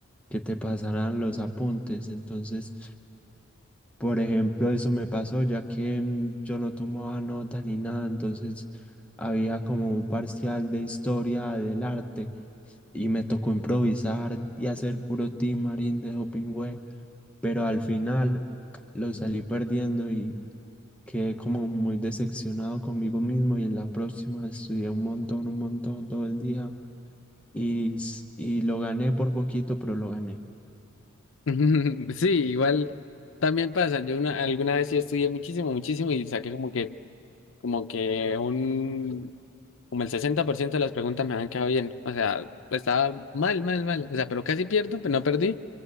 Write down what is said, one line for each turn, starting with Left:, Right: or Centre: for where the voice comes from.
Centre: que te pasaran los apuntes, entonces por ejemplo, eso me pasó ya que mm, yo no tomaba nota ni nada, entonces había como un parcial de historia del arte y me tocó improvisar y hacer puro team marín de Hopingüe, pero al final lo salí perdiendo y quedé como muy decepcionado conmigo mismo y en la próxima estudié un montón, un montón todo el día y, s- y lo gané por poquito, pero lo gané.
Left: <laughs> Sí, igual también pasa. Yo una- alguna vez sí estudié muchísimo, muchísimo y saqué como que, como que un, como el 60% de las preguntas me habían quedado bien. O sea, estaba mal, mal, mal. O sea, pero casi pierdo, pero no perdí.